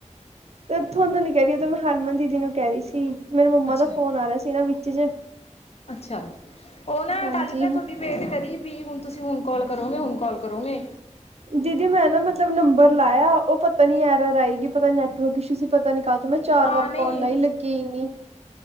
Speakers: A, on the right; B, on the left.
A: ਤੇ ਤੁਹਾਨੂੰ ਨੀ ਕਹਿ ਰਹੀ ਮੈਂ ਹਰਮਨ ਦੀਦੀ ਨੂੰ ਕਹਿ ਰਹੀ ਸੀ। ਮੇਰੇ ਮੰਮਾ
B: ਅੱਛਾ
A: ਦਾ ਫੋਨ ਆ ਰਿਹਾ ਸੀ ਨਾ ਵਿਚ। <unintelligible>
B: ਅੱਛਾ ਉਹ ਨਾ
A: ਹਾਂਜੀ।
B: ਗੱਲ ਮੈਂ ਤੁਹਾਡੀ ਵੇਟ ਕਰੀ ਵੀ ਹੁਣ ਤੁਸੀਂ ਹੁਣ ਕਾਲ ਕਰੋਗੇ ਹੁਣ ਕਾਲ ਕਰੋਗੇ।
A: ਦੀਦੀ ਮੈਂ ਨਾ ਮਤਲਬ ਨੰਬਰ ਲਾਇਆ ਉਹ ਪਤਾ ਨੀ ਯਾਰ ਰਹਿਏਗੀ ਪਤਾ ਨੈਟਵਰਕ ਇਸ਼ੂ ਸੀ ਪਤਾ ਨੀ ਤੋਂ ਮੈਂ ਚਾਰ
B: ਹਾਂ
A: ਵਾਰ
B: ਨਹੀਂ
A: ਕਾਲ ਲਾਈ ਲੱਗੀ ਨੀ